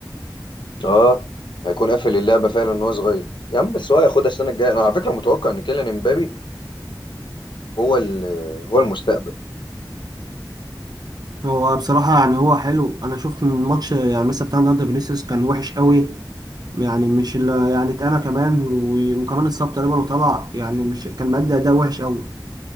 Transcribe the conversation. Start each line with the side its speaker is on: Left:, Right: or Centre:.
Left: اه هيكون قافل اللعبه فعلا ان هو صغير يا عم بس هو هياخدها السنه الجايه انا على فكره متوقع ان كيليان امبابي هو ال- هو المستقبل
Right: هو بصراحة يعني هو حلو انا شفت من الماتش يعني مثلا بتاع النهارده فينيسيوس كان وحش قوي يعني مش اللي يعني اتقنا كمان و- وكمان اتصاب تقريبا وطلع يعني مش كان مادي اداء وحش قوي